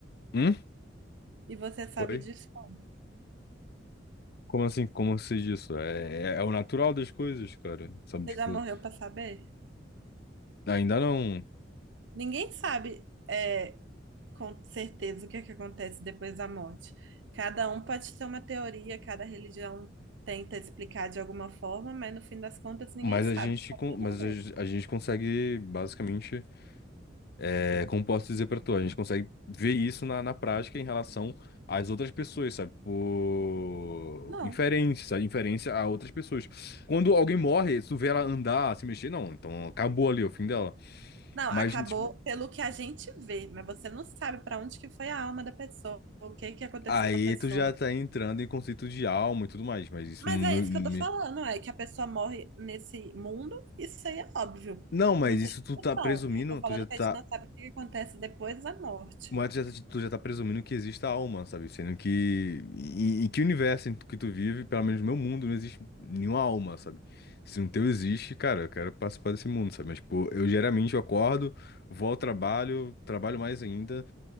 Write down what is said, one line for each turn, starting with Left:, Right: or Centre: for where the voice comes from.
Left: Hum?
Right: E você sabe
Left: Oi?
Right: disso. como?
Left: Como assim? Como eu diz isso É, é, é o natural das coisas, cara. Sabe? Tipo,
Right: Você já morreu pra saber?
Left: ainda não.
Right: Ninguém sabe é, com certeza o que que acontece depois da morte. Cada um pode ter uma teoria, cada religião tenta explicar de alguma forma, mas no fim das contas ninguém
Left: Mas
Right: sabe,
Left: a gente,
Right: só
Left: con-
Right: quem
Left: mas
Right: morreu.
Left: a, a gente consegue, basicamente. É, como posso dizer pra tu, a gente consegue ver isso na, na prática em relação às outras pessoas, sabe? Por
Right: Não.
Left: inferência, sabe? Inferência a outras pessoas. Quando alguém morre, se tu vê ela andar, se mexer, não. Então acabou ali é o fim dela.
Right: Não,
Left: Mas,
Right: acabou
Left: tipo,
Right: pelo que a gente vê, mas você não sabe para onde que foi a alma da pessoa, o que que aconteceu
Left: aí
Right: com a pessoa.
Left: tu já tá entrando em conceito de alma e tudo mais. Mas isso
Right: Mas
Left: não.
Right: é isso
Left: não me-
Right: que eu tô falando, é que a pessoa morre nesse mundo, isso aí é óbvio.
Left: Não, mas
Right: Não
Left: isso
Right: tem discussão.
Left: tu tá presumindo,
Right: Eu tô falando
Left: tu já tá
Right: que a gente não sabe o que acontece depois da morte.
Left: Mas tu já, tá- tu já tá presumindo que existe a alma, sabe? Sendo que em, em que universo em que tu vive, pelo menos no meu mundo, não existe nenhuma alma, sabe? Se no teu existe, cara, eu quero participar desse mundo, sabe? Mas, tipo, eu geralmente eu acordo, vou ao trabalho, trabalho mais ainda,